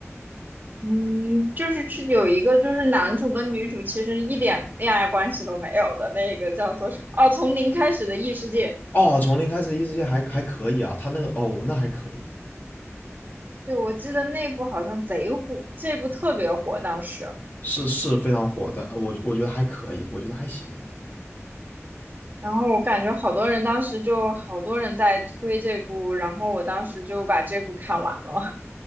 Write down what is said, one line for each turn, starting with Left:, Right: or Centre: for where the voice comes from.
Right: 嗯，就是去有一个，就是男主跟女主其实一点恋爱关系都没有的那个叫做什么？哦，从零开始的异世界。
Left: 哦，从零开始异世界还还可以啊，他那个哦，那还可以。
Right: 对，我记得那部好像贼火，这部特别火当时。
Left: 是是非常火的，呃我我觉得还可以，我觉得还行。
Right: 然后我感觉好多人当时就好多人在推这部，然后我当时就把这部看完了，